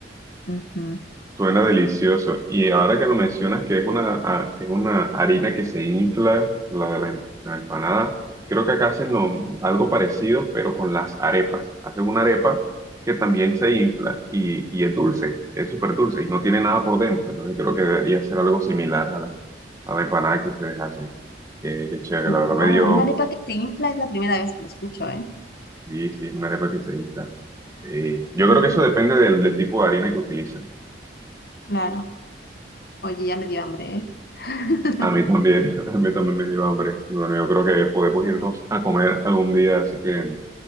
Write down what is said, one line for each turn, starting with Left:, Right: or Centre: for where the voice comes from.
Left: ujú.
Right: Suena delicioso. Y ahora que lo mencionas, que es una, a- es una harina que se infla, la de la, em- la empanada, creo que acá hacen lo- algo parecido, pero con las arepas. Hacen una arepa que también se infla y, y es dulce, es súper dulce y no tiene nada por dentro. Entonces creo que debería ser algo similar a la, a la empanada que ustedes hacen. Qué, qué chévere,
Left: Wow,
Right: la verdad me dio...
Left: una arepa que se infla es la primera vez que lo escucho, ¿eh?
Right: Sí, sí, es una arepa que se infla. Sí. Yo
Left: Mm,
Right: creo que eso depende del, del tipo de harina que utilizan.
Left: claro. Oye, ya me dio hambre, ¿eh? <laughs>
Right: A mí también, <laughs> a mí también me dio hambre. Y bueno, yo creo que podemos irnos a comer algún día, así que